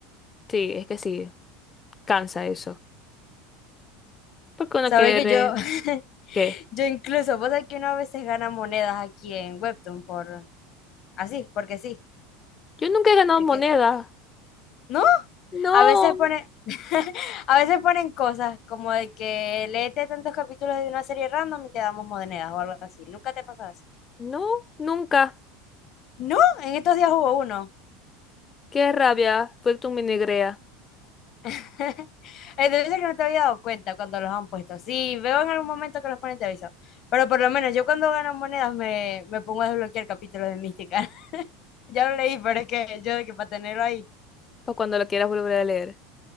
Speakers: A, on the left; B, on the left.
A: Sí, es que sí, cansa eso. Porque uno
B: Sabe
A: quiere
B: que
A: re-
B: yo, <laughs>
A: ¿Qué?
B: yo incluso, vos sabés que uno a veces gana monedas aquí en Webtoon por, así, porque sí,
A: Yo nunca he ganado
B: de
A: moneda.
B: que, no,
A: No,
B: a veces ponen, <laughs> a veces ponen cosas como de que léete tantos capítulos de una serie random y te damos monedas o algo así. ¿Nunca te ha pasado eso?
A: no, nunca.
B: No, en estos días hubo uno.
A: Qué rabia, fue tu minigrea,
B: <laughs> Eh, Debe ser que no te había dado cuenta cuando los han puesto. Sí, veo en algún momento que los ponen, te aviso. Pero por lo menos yo cuando gano monedas me, me pongo a desbloquear capítulos de Mística. <laughs> Ya lo leí, pero es que yo de que para tenerlo ahí.
A: para cuando lo quieras volver a leer.